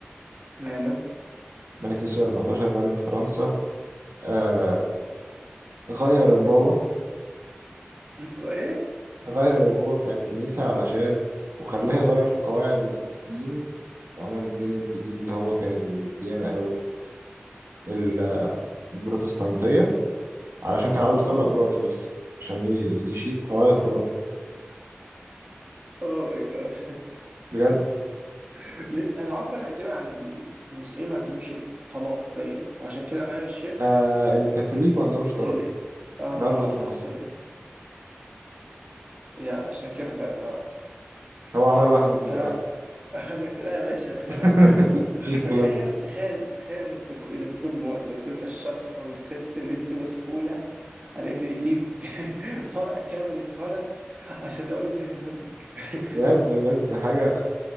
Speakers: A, on the right; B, on the right.
A: ماله
B: ملك لويس الأربعتاشر ملك فرنسا آه غير البابا
A: م- ايه
B: غير البابا بتاع الكنيسة علشان وخلاه يغير في قواعد الدين وعمل الدين الجديد اللي هو كان الديانة أو ال- البروتستانتية علشان
A: اها
B: كان عاوز يطلق مراته بس عشان ي- يشيل حوار الطلاق
A: اوه ماي جاد
B: بجد
A: لأن انا عارف ان تقريبا عند ال- المسيحيين ما عندهمش طلاق باين فعشان كده غير الشيخ
B: آه الكاثوليك ما عندهمش طلاق
A: ال... اه
B: اللي هو موجودة
A: اه صح
B: في مصر
A: سوري يا عشان كده فعلا اه
B: هو عمل
A: فبس
B: واحدة جديدة
A: <laughs>
B: بقى
A: لكن لا يا باشا
B: <laughs>
A: <laughs>
B: مفيش الكلام
A: تخيل
B: ده
A: تخيل تخيل انك تك... انك تكون مواطن وتكون انت الشخص او الست اللي انت مسؤوله عن ان في <laughs> فرع كامل اتولد عشان هو يزهق منك <laughs>
B: بجد بجد حاجة